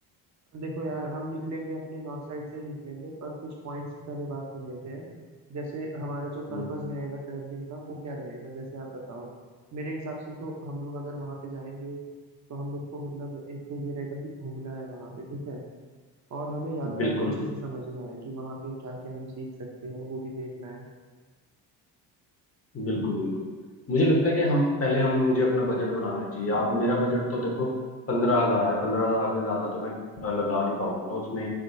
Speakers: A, on the right; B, on the left.
A: देखो यार हम निकलेंगे अपने नॉर्थ साइड से ही निकलेंगे पर कुछ पॉइंट्स पे पहले बात कर लेते हैं जैसे हमारा जो
B: हम्म,
A: पर्पस रहेगा ट्रैवलिंग का वो क्या रहेगा जैसे आप बताओ मेरे हिसाब से तो हम लोग अगर वहाँ पे जाएंगे तो हम लोग को मतलब एक तो ये रहेगा कि घूमना है वहाँ पे ठीक है और हमें यात्रा
B: बिल्कुल
A: को अच्छे से समझना है कि वहाँ पे क्या क्या हम सीख सकते हैं वो भी देखना है
B: बिल्कुल बिल्कुल मुझे लगता है कि हम पहले हम मुझे अपना बजट बनाना चाहिए आप मेरा बजट तो देखो पंद्रह हजार है पंद्रह हजार से ज्यादा तो मैं अ, लगा नहीं पाऊंगा उसमें